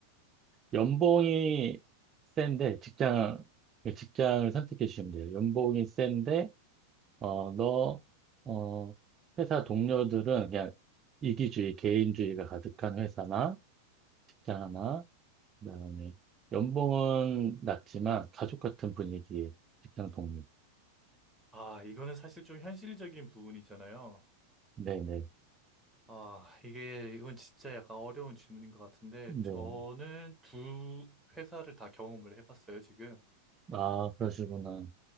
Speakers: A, on the right; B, in the centre.
A: 연봉이 센데, 직장, 직장을 선택해 주시면 돼요. 연봉이 센데, 어, 너, 어, 회사 동료들은 그냥 이기주의, 개인주의가 가득한 회사나, 직장 하나, 그다음에 연봉은 낮지만 가족 같은 분위기의 직장 동료.
B: 아, 이거는 사실 좀 현실적인 부분이잖아요.
A: 네네. 네.
B: 아, 이게, 이건 진짜 약간 어려운 질문인 것 같은데,
A: 네.
B: 저는 두 회사를 다 경험을 해봤어요, 지금.
A: 아, 그러시구나.